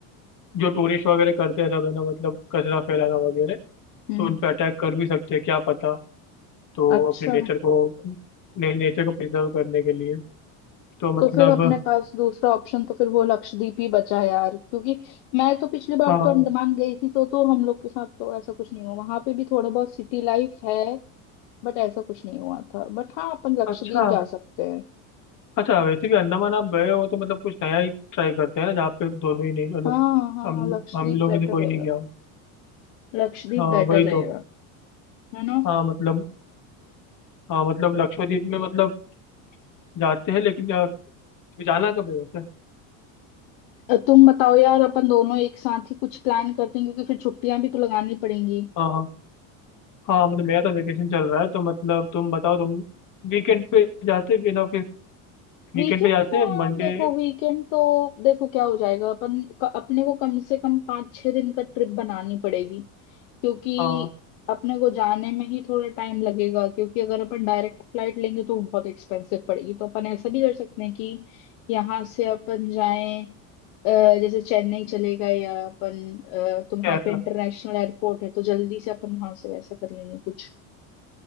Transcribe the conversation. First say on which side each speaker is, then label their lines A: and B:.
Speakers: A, on the left (about 45°); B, on the left (about 70°).
A: जो टूरिस्ट वगैरह करते हैं सब है ना मतलब कचरा फैलाना वगैरह
B: हम्म,
A: तो उन पे अटैक कर भी सकते हैं क्या पता तो
B: अच्छा
A: अपने नेचर को ने, नेचर को प्रिजर्व करने के लिए तो
B: तो
A: मतलब
B: फिर अपने पास दूसरा ऑप्शन तो फिर वो लक्षद्वीप ही बचा यार क्योंकि मैं तो पिछली बार
A: हाँ
B: तो अंडमान गई थी तो तो हम लोग के साथ तो ऐसा कुछ नहीं हुआ वहां पे भी थोड़ा बहुत सिटी लाइफ है बट ऐसा कुछ नहीं हुआ था बट हाँ अपन लक्षद्वीप
A: अच्छा
B: जा सकते हैं
A: अच्छा वैसे भी अंडमान आप गए हो तो मतलब कुछ नया ही ट्राई करते हैं ना जहाँ पे दोनों ही नहीं मतलब
B: हाँ हाँ
A: हम
B: लक्षद्वीप
A: हम लोग
B: बेटर
A: में से कोई
B: रहेगा
A: नहीं गया हो
B: लक्षद्वीप
A: हाँ
B: बेटर
A: वही
B: रहेगा
A: तो
B: है ना
A: हाँ मतलब हाँ मतलब लक्षद्वीप में मतलब जाते हैं लेकिन अ, जाना कब है वैसे
B: अ, तुम बताओ यार अपन दोनों एक साथ ही कुछ प्लान करते हैं क्योंकि फिर छुट्टियां भी तो लगानी पड़ेंगी
A: हाँ हाँ हाँ मतलब मेरा तो वेकेशन चल रहा है तो मतलब तुम बताओ तुम वीकेंड पे जाते भी ना फिर वीकेंड
B: वीकेंड्स
A: पे जाते
B: में
A: हैं
B: यार
A: मंडे
B: देखो वीकेंड तो देखो क्या हो जाएगा अपन क- अपने को कम से कम पाँच छह दिन का ट्रिप बनानी पड़ेगी क्योंकि
A: हाँ
B: अपने को जाने में ही थोड़ा टाइम लगेगा क्योंकि अगर अपन डायरेक्ट फ्लाइट लेंगे तो बहुत एक्सपेंसिव पड़ेगी तो अपन ऐसा भी कर सकते हैं कि यहाँ से अपन जाएं अ, जैसे चेन्नई चले गए या अपन अ, तो वहां
A: केरला
B: पे इंटरनेशनल एयरपोर्ट है तो जल्दी से अपन वहां से वैसा कर लेंगे कुछ